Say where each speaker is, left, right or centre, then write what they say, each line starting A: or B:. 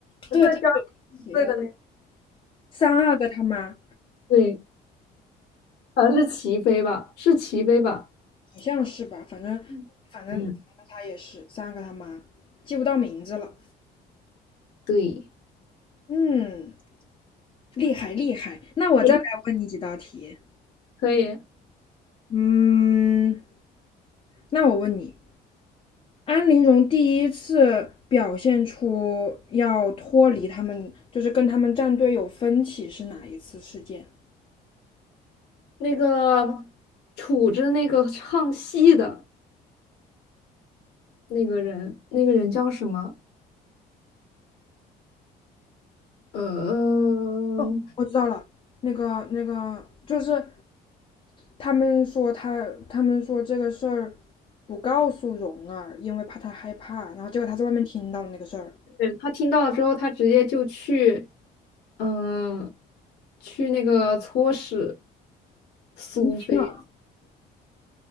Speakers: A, on the left; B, on the left.
A: 粉色娇
B: 对对对，
A: 几岁的那个？
B: 谁来？三阿哥他妈，
A: 对，好像是齐妃吧，是齐妃吧？
B: 好像是吧？反正反正反正他也是三阿哥他妈，
A: 嗯，嗯
B: 记不到名字了。
A: 对，
B: 嗯，厉害厉害。那我再来问你几道题。
A: 也可以。
B: 嗯，那我问你。安陵容第一次表现出要脱离他们，就是跟他们战队有分歧是哪一次事件？
A: 那个杵着那个唱戏的那个人，那个人叫什么？呃，
B: 哦，我知道了，那个那个就是他们说他他们说这个事儿不告诉蓉儿，因为怕她害怕，然后结果她在外面听到了那个事儿。
A: 对他听到了之后，他直接就去，嗯、去那个搓使苏菲，
B: 婴儿，